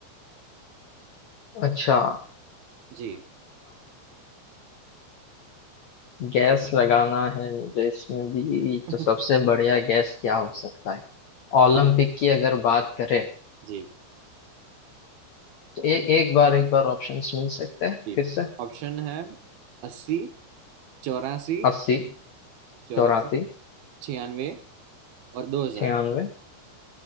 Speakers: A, on the left (about 75°); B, on the right (about 70°).
A: अच्छा
B: जी
A: गैस लगाना है मुझे इसमें भी
B: <laughs>
A: तो सबसे बढ़िया गैस क्या हो सकता है ओलंपिक की अगर बात करें
B: जी
A: तो ए, एक बार एक बार ऑप्शंस मिल सकते हैं
B: जी
A: फिर से
B: ऑप्शन है अस्सी चौरासी
A: अस्सी
B: चौरासी
A: चौरासी
B: छियानवे और दो हजार
A: छियानवे